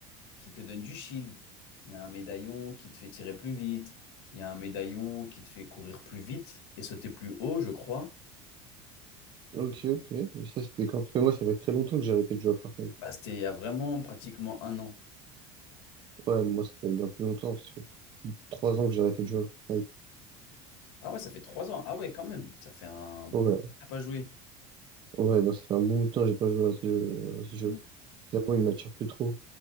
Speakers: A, on the left (about 85°); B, on the right (about 35°).
A: qui te donne du shield. Il y a un médaillon qui te fait tirer plus vite. Il y a un médaillon qui te fait courir plus vite et sauter plus haut, je crois.
B: Ok, ok. Mais ça, c'était quand? Parce que moi, ça fait très longtemps que j'ai arrêté de jouer à Fortnite.
A: Bah, c'était il y a vraiment pratiquement un an.
B: Ouais, moi, ça fait bien plus longtemps. Ça fait trois ans que j'ai arrêté de jouer à Fortnite.
A: Ah ouais, ça fait trois ans. Ah ouais, quand même. Ça fait un bon
B: ouais
A: bout. que T'as pas joué.
B: Ouais, non, ça fait un bon bout de temps que j'ai pas joué à ce jeu. à ce jeu.
A: Mm.
B: C'est bon, il m'attire plus trop,